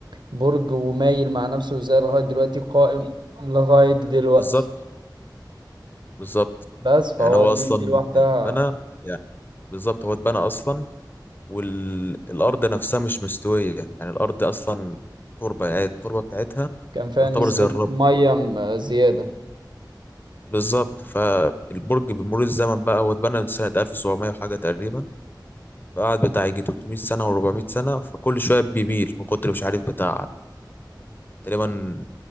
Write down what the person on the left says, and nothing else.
بالظبط بالظبط
يعني هو
أصلا
اتبنى يعني بالظبط هو اتبنى أصلا والأرض نفسها مش مستوية يعني الأرض أصلا تربة يعني التربة بتاعتها
يعتبر
زي الرب
بالظبط فالبرج بمرور الزمن بقى هو اتبنى من سنة 1700 وحاجة تقريبا فقعد بتاع يجي 300 سنة و400 سنة فكل شوية بيميل من كتر مش عارف بتاع تقريبا